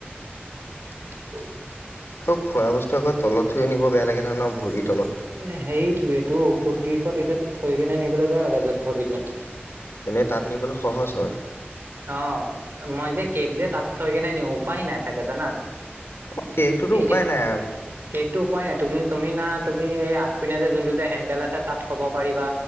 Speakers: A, on the right; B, on the left.
A: <inaudible>
B: আকৌ খোৱা বস্তু আকৌ তলত থৈ আনিব বেয়া লাগে ন ভৰিৰ তলত
A: এ সেইটোয় এইটো ফুগ্ৰিফত এতিয়া থৈ কেনে নিবলৈ বেয়া লাগে যত ভৰিটো
B: এনেই তাত নিবলৈ সহজ হয়
A: অ' মই যে কেক যে তাত থৈ কেনে নিওঁ উপায় নাই থাকে জানা
B: অ' কেকটোতো
A: এতিয়া
B: উপায় নাই আৰু
A: কেকটো উপায় নাই তুমি তুমি না তুমি এই আগ পিনে যে যোনটো যে হেণ্ডেল আছে তাত থব পাৰিবা